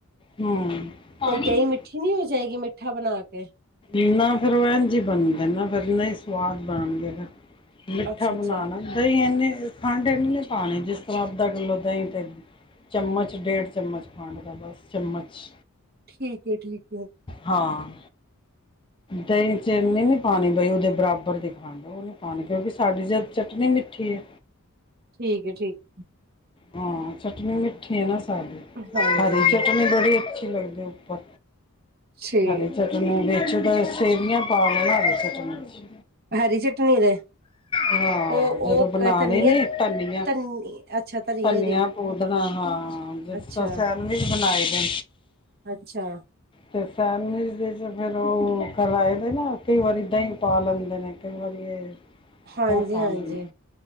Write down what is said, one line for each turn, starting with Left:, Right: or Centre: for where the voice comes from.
Left: ਹੂੰ। ਪਾਣੀ
Right: ਤੇ ਦਈ ਮਿੱਠੀ ਨਹੀਂ ਹੋ ਜਾਏਗੀ ਮਿੱਠਾ ਬਣਾ ਕੇ
Left: ਇੰਨਾ ਫਿਰ ਇੰਜ ਏ ਬਣਦੇ ਨੇ ਫਿਰ ਨਹੀਂ ਸਵਾਦ ਬਣਨਗੇ ਮਿੱਠਾ
Right: ਅੱਛਾ ਅੱਛਾ
Left: ਬਣਾਣਾ ਦਹੀਂ ਇੰਨੀੇ ਖੰਡ ਨਈ ਪਾਣੀ ਜਿਸ ਤਰ੍ਹਾਂ ਅੱਧਾ ਕਿਲੋ ਦਹੀਂ ਤੇ ਚਮਚ ਡੇਢ ਚਮਚ ਖੰਡ ਦਾ ਬਸ ਚਮਚ
Right: ਠੀਕ-ਏ -ਠੀਕ-ਏ -
Left: ਹਾਂ- ਦਹੀਂ ਚ ਇੰਨੀ ਨੀ ਪਾਣੀ ਉਦੇ ਬਰਾਬਰ ਦੀ ਖਾਣ ਉਹ ਨਹੀਂ ਪਾਉਣੀ ਕਿਉਂਕਿ ਸਾਡੀ ਚਟਨੀ ਮਿੱਠੀ ਏ
Right: ਠੀਕ ਏ-, ਠੀਕ ਏ -
Left: ਹਾਂ ਚਟਨੀ ਮਿੱਠੀ ਏ ਨਾ ਸਾਰੀ
Right: ਹਾਂਜੀ
Left: ਹਰੀ ਚਟਨੀ ਬੜੀ ਅੱਛੀ ਲੱਗਦੀ ਏ
Right: ਠੀਕ
Left: ਹਰੀ ਚਟਨੀਆ ਵਿੱਚ ਸੇਵੀਆਂ ਪਾਵੇ ਹਰੀ ਚਟਨੀ ਚ
Right: ਹਰੀ ਚਟਨੀ ਦੇ
Left: ਹਾਂ,
Right: ਉਹ
Left: ਜਦੋਂ
Right: ਉਹ
Left: ਬਣਾਣੇ
Right: ਧਨੀਏ
Left: ਨੇ ਧਨੀਆ
Right: ਧਨੀ ਅੱਛਾ। ਧਨੀਏ
Left: ਧਨੀਆ
Right: ਦੀ
Left: ਪੂਦਣਾ ਹਾਂ ਜਿਸ
Right: ਅੱਛਾ
Left: ਤਰ੍ਹਾਂ ਸੈਂਡਵਿਚ ਬਣਾਏ ਦੇ
Right: ਅੱਛਾ।
Left: ਤੇ ਸੈਂਡ ਵਿਚ ਫਿਰ ਉਹ ਕਰਵਾਏ ਦੇ ਨਾ ਕਈ ਵਾਰੀ ਦਹੀਂ ਪਾ ਲੈਂਦੇ ਨੇ ਕਈ ਵਾਰੀ ਏ
Right: ਹਾਂਜੀ
Left: ਉਹ ਪਾਲਨ
Right: ਹਾਂਜੀ